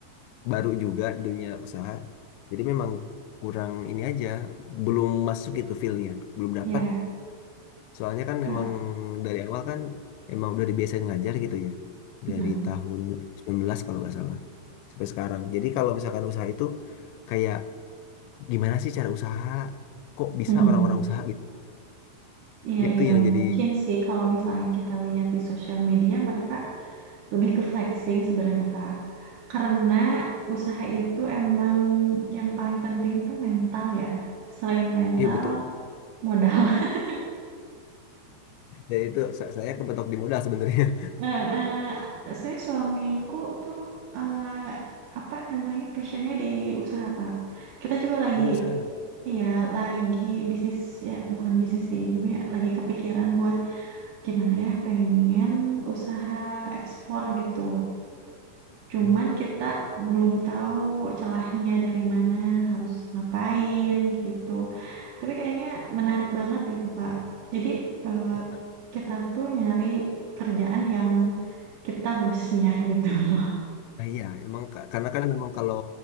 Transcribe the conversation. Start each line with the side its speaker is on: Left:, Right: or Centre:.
Left: baru juga dunia usaha jadi memang kurang ini aja belum masuk gitu feel-nya belum dapat
Right: iya,
Left: soalnya kan
Right: Kak.
Left: emang dari awal kan emang udah dibiasain ngajar gitu ya
Right: Hmm,
Left: dari tahun 2019 kalau nggak salah sampai sekarang jadi kalau misalkan usaha itu kayak gimana sih cara usaha kok bisa
Right: hmm.
Left: orang-orang usaha gitu
Right: Iya,
Left: Itu
Right: iya,
Left: yang
Right: mungkin
Left: jadi
Right: sih kalau misalnya kita lihat di sosial media mereka lebih ke flexing sebenarnya, Kak. Karena usaha itu emang yang paling penting itu mental ya. Selain mental,
Left: iya betul.
Right: modal. <laughs>
Left: Ya itu sa- saya kepetok di modal sebenarnya. <laughs>
Right: Eh, eh, saya suamiku tuh eh, apa namanya passionnya di usaha Kak. Kita juga lagi
Left: Oh di usaha.
Right: Iya, lagi bisnis ya, bukan bisnis sih. Jadi ya lagi kepikiran buat gimana ya, pengen usaha ekspor gitu. Cuman
Left: Oh,
Right: kita belum tahu celahnya dari mana, harus ngapain gitu. Tapi kayaknya menarik banget gitu, Kak. Jadi eh,
Left: ternyata.
Right: kita tuh nyari pekerjaan yang kita bosnya <laughs> gitu loh.
Left: Nah, iya, emang ka- karena kan memang kalau